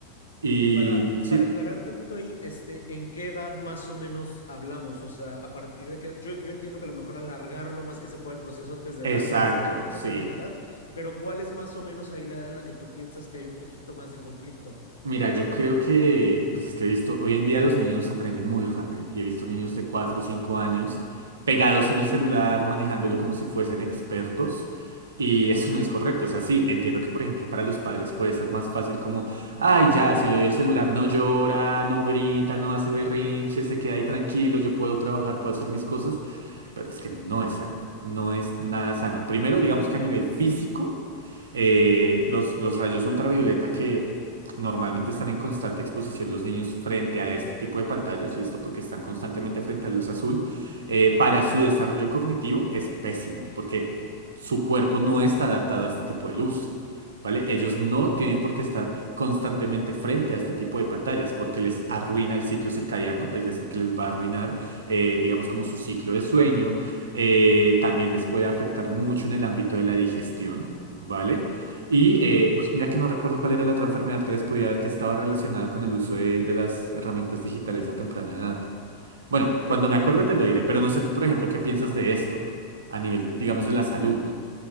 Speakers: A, on the right; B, on the left.
A: Y
B: Y para,
A: sí,
B: para aclarar tantito ahí, este, ¿en qué edad más o menos hablamos? O sea, a partir de qué... Yo, yo entiendo que a lo mejor alargar lo más que se pueda el proceso antes de
A: exacto,
B: darles
A: sí.
B: esa libertad, pero ¿cuál es más o menos ahí la edad en la que tú piensas que hay un poquito más de conflicto?
A: Mira, yo creo que, pues es que he visto, hoy en día los niños aprenden muy rápido y he visto niños de 4 o 5 años pegados en el celular, manejándolo como si fuesen expertos y eso no es correcto. O sea, sí, entiendo que, por ejemplo, para los padres puede ser más fácil como, ay, ya, si le doy el celular no llora, no grita, no hace berrinche, se queda ahí tranquilo, yo puedo trabajar, puedo hacer mis cosas, pero es que no es sano, no es nada sano. Primero, digamos que a nivel físico, eh, los, los rayos ultravioleta que normalmente están en constante exposición los niños frente a este tipo de pantallas, ¿listo? Porque están constantemente frente a luz azul, eh, para su desarrollo cognitivo es pésimo, porque su cuerpo no está adaptado a este tipo de luz. ¿Vale? Ellos no tienen por qué estar constantemente frente a este tipo de pantallas porque les arruina el ciclo circadiano, es decir, que les va a arruinar eh, digamos como su ciclo de sueño. Eh, también les puede afectar mucho en el ámbito de la digestión, ¿vale? Y eh, uy, mira que no recuerdo cuál era la otra enfermedad que les podía dar que estaba relacionada con el uso de, de las herramientas digitales a temprana edad. Bueno, cuando me acuerde te lo diré, pero no sé tú, por ejemplo, qué piensas de esto a nivel, digamos, de la salud.